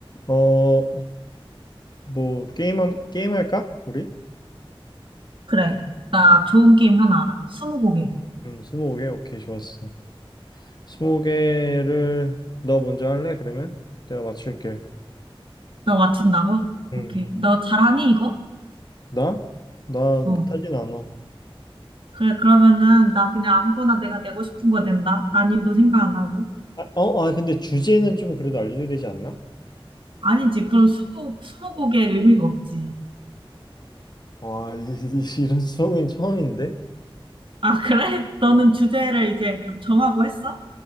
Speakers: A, on the left (about 45°); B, on the right (about 60°).
A: 어, 뭐, 게임, 함- 게임 할까? 우리?
B: 그래. 나
A: 음.
B: 좋은 게임 하나 알아. 스무고개.
A: 음, 스무 개? 오케이, 좋았어. 스무 개를, 너 먼저 할래, 그러면? 내가 맞출게.
B: 너 맞춘다고?
A: 음.
B: 오케이. 너 잘하니, 이거?
A: 나? 나 못하진
B: 어.
A: 않아.
B: 그래, 그러면은, 나 그냥 아무거나 내가 내고 싶은 거 낸다. 난이도 생각 안 하고.
A: 아, 어, 아, 근데 주제는 좀 그래도 알려줘야 되지 않나?
B: 아니지. 그럼 스무, 스무고개의 의미가 없지.
A: 와, 이, 이- 이런 수업은 처음인데?
B: 아, 그래? <laughs> 너는
A: 어,
B: 주제를 이제 그럼 정하고 했어?